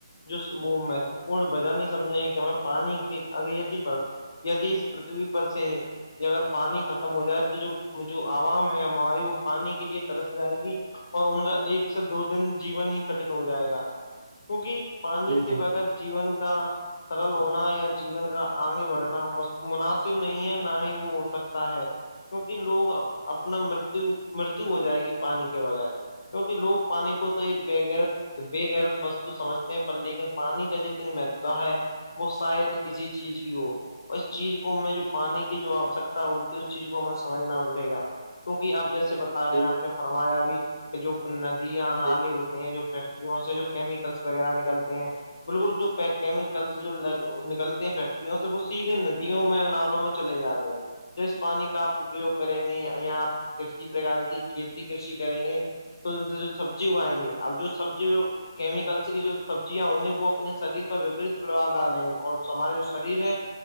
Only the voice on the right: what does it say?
جی
جی
جی
جی